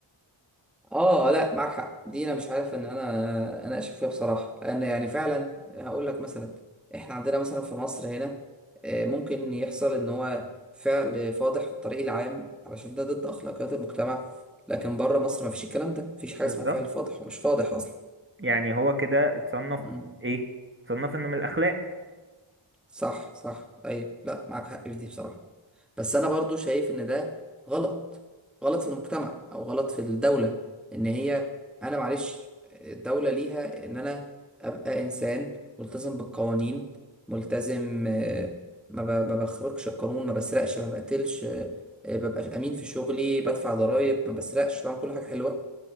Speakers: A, in the centre; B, on the right.
A: اه لا معاك حق دي انا مش عارف ان انا اناقش فيها بصراحه لان يعني فعلا هقول لك مثلا احنا عندنا مثلا في مصر هنا آه، ممكن يحصل ان هو فعل فاضح في الطريق العام علشان ده ضد اخلاقيات المجتمع لكن بره مصر ما فيش الكلام ده مفيش حاجه
B: بالظبط
A: اسمها فعل فاضح ومش فاضح اصلا
B: يعني هو كده اتصنف
A: مم.
B: ايه اتصنف انه من الاخلاق
A: صح صح ايوه لا معاك حق في دي بصراحه بس انا برضو شايف ان ده غلط غلط في المجتمع او غلط في الدولة ان هي انا معلش الدولة ليها ان انا ابقى انسان ملتزم بالقوانين ملتزم آه، ما ب- ما بخرجش القانون ما بسرقش ما بقتلش آه، آه، ببقى امين في شغلي بدفع ضرائب ما بسرقش بعمل كل حاجة حلوة